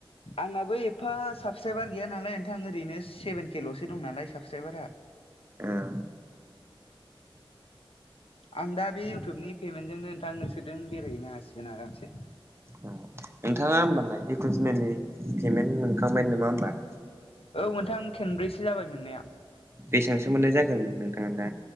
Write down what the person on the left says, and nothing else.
आंनाबो एफा साबसक्राइबार गैया नालाय नोंथां ओरैनो सेभेन के ल'सो दं नालाय साब सक्राइबारा।
आं दा बे इउटुबनि पेमेन्टजोंनो नोंथां नोंसोरदों बेरायहैनो हासिगोन आरामसे।
औ मोनथां खेनब्रैसो जाबाय मोननाया।